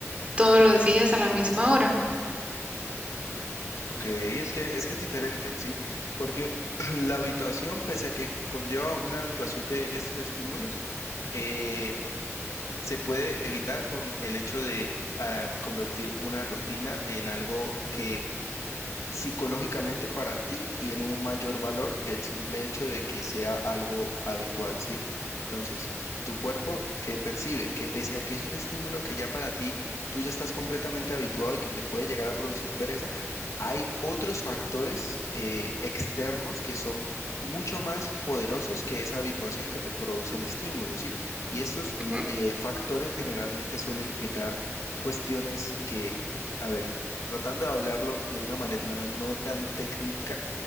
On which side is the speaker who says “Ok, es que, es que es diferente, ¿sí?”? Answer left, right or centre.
Left